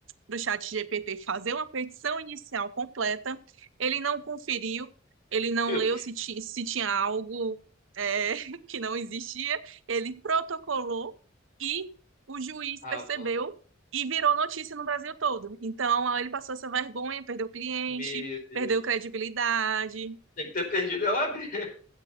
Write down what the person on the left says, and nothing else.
meu
Deus.
Ah,
mano.
Meu Deus.
Tem que ter perdido é O a OAB. <laughs>